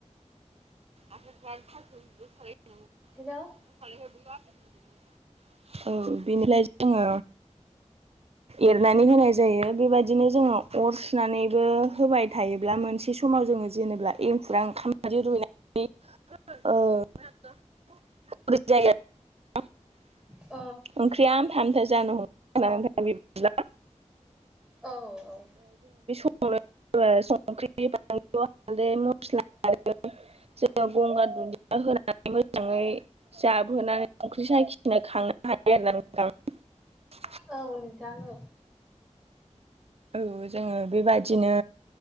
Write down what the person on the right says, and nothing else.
<unintelligible>
औ बिनिफ्राय जोङो एरनानै होनाय जायो बेबायदिनो जोङो अर सुनानैबो होबाय थायोब्ला मोनसे समाव जों जोङो जेनेबा एंखुरा ओंखाम बादि रुइनाय <unintelligible>
ओंख्रिया आमथा आमथा जानो हमोना नोंथां बिदिब्ला।
<unintelligible> संख्रि बानलु हालदै मस्ला आरो जोङो गंगार दुुनदिया होनानै मोजाङै जाबहोनानै संख्रि साखिनो खाङो हायो आरोना नोंथां।
औ जोङो बेबादिनो